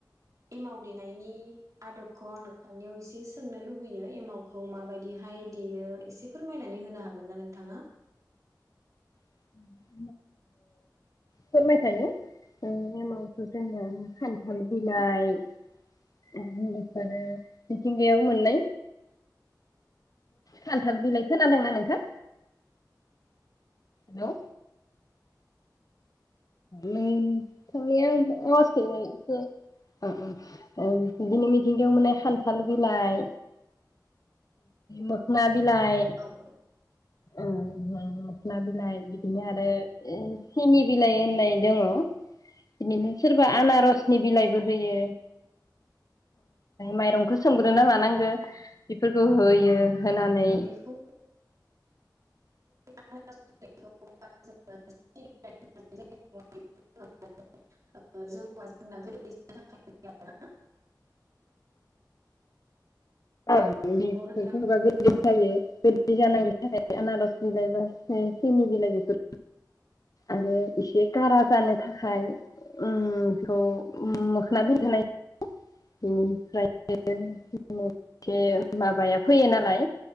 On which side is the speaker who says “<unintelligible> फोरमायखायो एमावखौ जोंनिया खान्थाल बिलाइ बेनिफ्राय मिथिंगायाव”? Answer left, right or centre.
Left